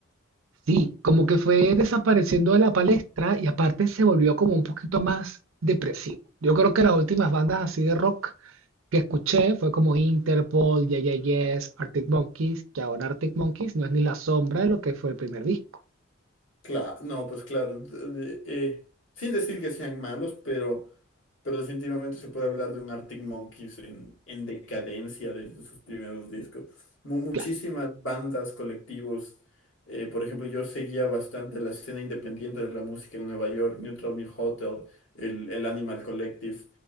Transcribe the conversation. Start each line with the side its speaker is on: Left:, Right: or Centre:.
Right: Sí, como que fue desapareciendo de la palestra y aparte se volvió como un poquito más depresivo. Yo creo que las últimas bandas así de rock que escuché fue como Interpol, Yeah Yeah Yes, Arctic Monkeys, que ahora Arctic Monkeys no es ni la sombra de lo que fue el primer disco.
Left: Claro, no, pues claro, de- de- eh, sin decir que sean malos, pero, pero definitivamente se puede hablar de un Arctic Monkeys en, en decadencia desde sus primeros discos. Mu- muchísimas
Right: Claro,
Left: bandas, colectivos. eh, por ejemplo, yo seguía bastante la escena independiente de la música en Nueva York, Neutral Milk Hotel, el, el Animal Collective.